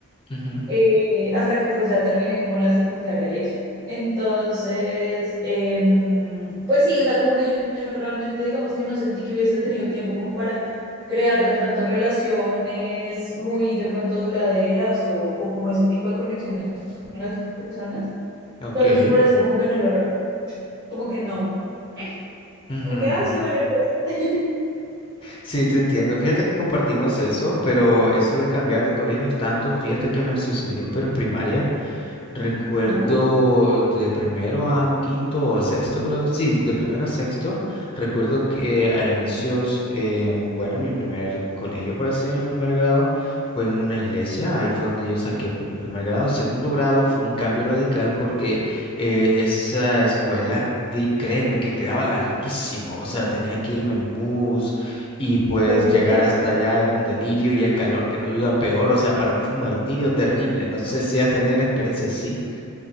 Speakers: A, on the left; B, on the right.
A: ujú,
B: eh, hasta que pues ya terminé como la secundaria y eso. Entonces, em, pues sí, o sea, como que yo realmente digamos que no sentí que hubiese tenido tiempo como para crear de pronto relaciones muy de pronto duraderas o, o como ese tipo de conexiones con las personas.
A: ok,
B: Entonces, por eso como que no lo recuerdo como que no. ¿eh?
A: ujú,
B: Como que, ah,
A: ujú.
B: sí, bueno, el pelo. <laughs>
A: Sí, te entiendo. Fíjate que compartimos eso, pero eso de cambiar de colegios tanto, fíjate que me sucedió, pero en primaria. Recuerdo
B: Ujú.
A: de primero a quinto o a sexto, creo. Sí, de primero a sexto. Recuerdo que a inicios, eh, bueno, mi primer colegio, por así decirlo, mi primer grado, fue en una iglesia. Ahí fue donde yo saqué pues, mi primer grado. Segundo grado fue un cambio radical porque eh, esa escuela, di- créeme que quedaba larguísimo. O sea, tenía que irme en bus y pues
B: Ok.
A: llegar hasta allá era un delirio y el calor que no ayuda peor. O sea, para mí fue un martirio terrible. No sé si has tenido una experiencia así.